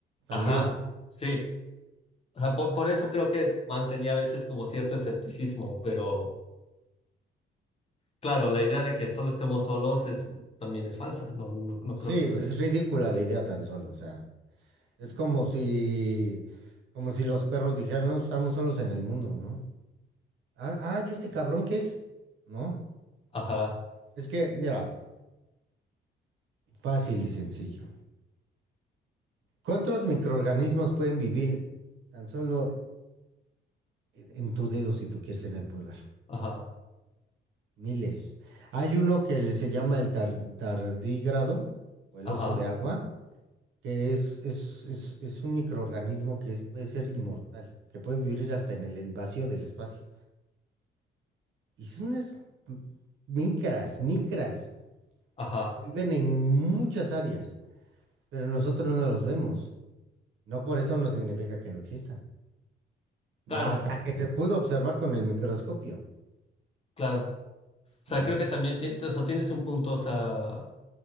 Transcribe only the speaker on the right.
También.
Sí,
pues, es ridícula la idea tan solo, o sea, es como si, como si los perros dijeran, no, estamos solos en el mundo, ¿no? Ah, ah, ¿y este cabrón qué es? ¿No?
Es que, mira, fácil y sencillo. ¿Cuántos microorganismos pueden vivir tan solo en en tu dedo si tú quieres en el pulgar?
Miles. Hay uno que le se llama el tar- tardígrado o el
oso de agua, que es, es, es, es un microorganismo que es- puede ser inmortal, que puede vivir hasta en el el vacío del espacio. Y son unas m- micras, micras,
que viven en muchas áreas, pero nosotros no los vemos. No por eso no significa que no existan.
Hasta que se pudo observar con el microscopio,
¿no?